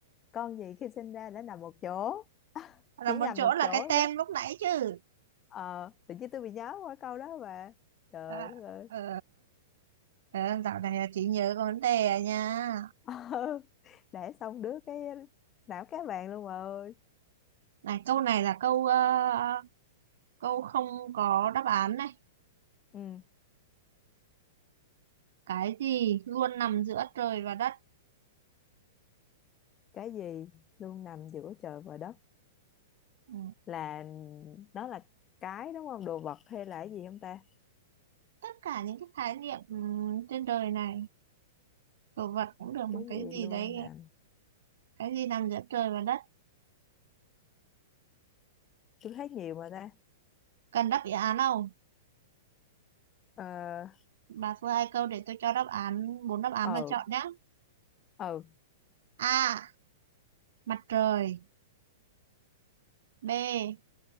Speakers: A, on the left; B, on the right.
A: con gì khi sinh ra đã nằm một chỗ <laughs>
B: là
A: chỉ
B: một
A: nằm
B: chỗ
A: một
B: là
A: chỗ
B: cái tem
A: chứ
B: lúc nãy chứ
A: ờ tự nhiên tôi bị nhớ qua câu đó mà trời
B: à,
A: đất ơi
B: ờ,
A: <laughs>
B: ờ, dạo này là chỉ nhớ có vấn đề à nha
A: Ờ, để xong đứa cái não cá vàng luôn mà ơi
B: này câu này là câu ờ, câu không có đáp án này
A: ừ
B: cái gì luôn nằm giữa trời và đất
A: cái gì luôn nằm giữa trời và đất
B: ừ.
A: là nó là cái đúng không đồ vật hay là cái gì không ta
B: tất cả những cái khái niệm ừ, trên đời này đồ vật cũng được
A: cái
B: mà cái
A: gì
B: gì
A: luôn
B: đấy
A: nè
B: cái gì nằm giữa trời và đất
A: tôi thấy nhiều mà ta
B: cần đáp án không
A: ờ
B: bà thua hai câu để tôi cho đáp án bốn đáp án
A: ờ
B: mà chọn nhé
A: ờ
B: a mặt trời b